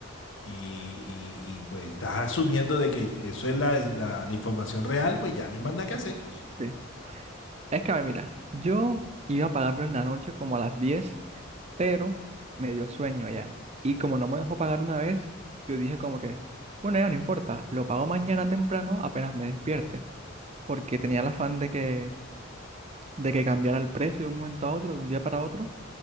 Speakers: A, on the left; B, on the right.
A: y, y- y, pues estás asumiendo de que eso es la, la- la información real, pues ya no hay más nada que hacer.
B: Sí. Es que, a ver, mira, yo iba a pagarlo en la noche como a las diez pero me dio sueño ya. Y como no me dejó pagar una vez, yo dije como que, bueno, ya no importa, lo pago mañana temprano apenas me despierte, porque tenía el afán de que de que cambiara el precio de un momento a otro, de un día para otro.